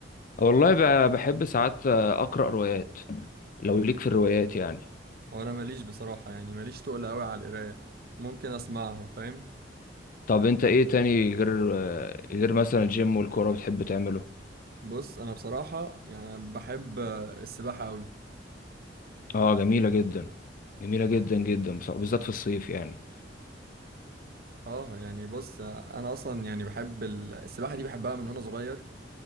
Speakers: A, on the left; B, on the right.
A: والله ب- بحب ساعات آه، اقرا روايات لو ليك في الروايات يعني
B: وانا ماليش بصراحة يعني ماليش تقل قوي على القراية ممكن اسمعها فاهم
A: طب انت ايه تاني غير آه، غير مثلا الجيم والكورة بتحب تعمله
B: بص انا بصراحة يعني بحب السباحة قوي
A: اه جميلة جدا جميلة جدا جدا بص- بالذات في الصيف يعني
B: اه يعني بص انا اصلا يعني بحب ال- السباحة دي بحبها من وانا صغير